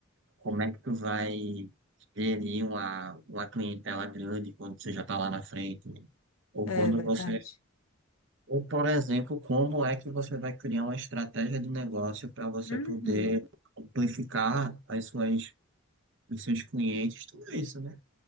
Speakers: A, on the right; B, on the left.
A: como é que tu vai gerir uma, uma clientela grande quando você já tá lá na frente, ou quando
B: É verdade.
A: você Ou, por exemplo, como é que você vai criar uma estratégia de negócio para você
B: Uhum.
A: poder amplificar as suas, os seus clientes, tudo isso, né?